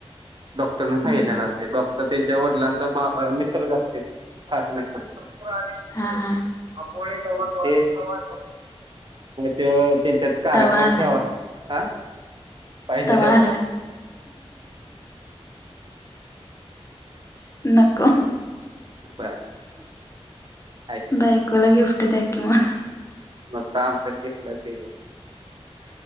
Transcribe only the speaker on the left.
हम्म
हा हा.
तवा आलाय
तवा
आलाय
नको.
बायकोला गिफ्ट द्या की मग